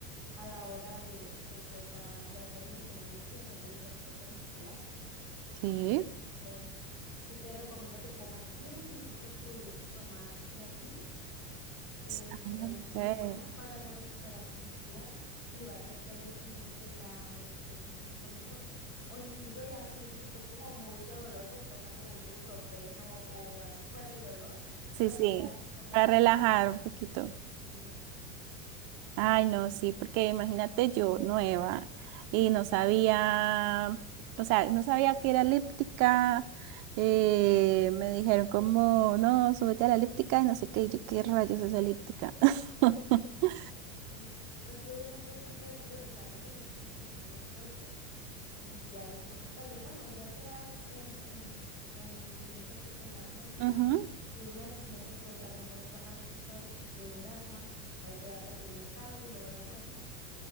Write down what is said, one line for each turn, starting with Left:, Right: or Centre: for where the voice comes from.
Left: a la hora de, de causar, de hacer el entrenamiento, de hacer la hipertrofia muscular.
Right: Sí.
Left: Este, sí te, sí te recomiendo que comas bien, incluso pudieses tomar creatina este,
Right: Ah,
Left: es muy
Right: ok.
Left: buena para la recuperación muscular y va a hacer que al día siguiente ya estés un poquito mejor. O incluso ya si sientes que es como mucho dolor, pues tómate un ibuprofeno o <laughs> algo para el dolor
Right: Sí,
Left: para
Right: sí,
Left: que puedas descansar
Right: para
Left: un
Right: relajar
Left: poquito más.
Right: un poquito.
Left: Sí,
Right: Ay, no, sí, porque imagínate yo nueva y no sabía, o sea, no sabía que era elíptica. eh, me dijeron como, no, súbete a la elíptica y no sé qué, y yo, ¿qué rayos es elíptica? <laughs>
Left: sí, sí, sí. Pues sí, obviamente siempre priorizar los ejercicios que son de fuerza y ya después el cardio. Bueno, ya será en, en, en tus metas que tengas, ¿no? Si,
Right: Ujú,
Left: si una de tus metas, pues a lo mejor es bajar un poquito de grasa, hay que darle primero al cardio y luego a la fuerza,